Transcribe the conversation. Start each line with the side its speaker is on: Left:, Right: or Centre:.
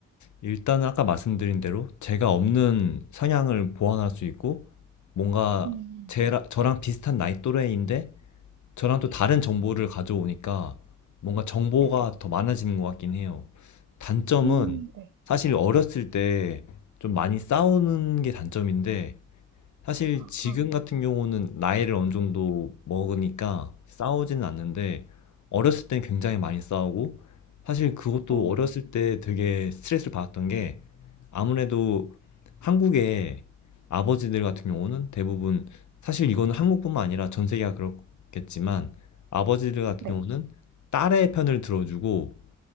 Left: 일단은 아까 말씀드린 대로 제가 없는 성향을 보완할 수 있고 뭔가
Right: 음,
Left: 제 저랑 비슷한 나이 또래인데 저랑 또 다른 정보를 가져오니까 뭔가 정보가
Right: 네,
Left: 더 많아지는 것 같긴 해요. 단점은
Right: 음, 네,
Left: 사실 어렸을 때 좀 많이 싸우는 게 단점인데 사실
Right: 아,
Left: 지금 같은 경우는 나이를 어느 정도 먹으니까 싸우지는 않는데 어렸을 땐 굉장히 많이 싸우고 사실 그것도
Right: 어,
Left: 어렸을 때 되게 스트레스를 받았던 게 아무래도 한국의 아버지들 같은 경우는 대부분 사실 이거는 한국뿐만 아니라 전 세계가 그렇겠지만 아버지들 같은
Right: 네,
Left: 경우는 딸의 편을 들어주고